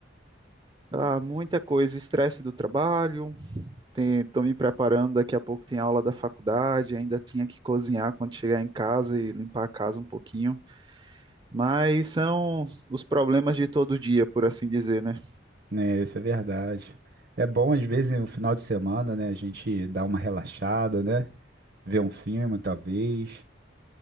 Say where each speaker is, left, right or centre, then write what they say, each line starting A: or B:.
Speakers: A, on the right; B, on the right.
A: Ah, muita coisa, estresse do trabalho. Tem, tô me preparando, daqui a pouco tem aula da faculdade. Ainda tinha que cozinhar quando chegar em casa e limpar a casa um pouquinho. Mas são os problemas de todo dia, por assim dizer, né?
B: Né, isso é verdade. É bom, às vezes, no final de semana, né, a gente dá uma relaxada, né? Ver um filme, talvez.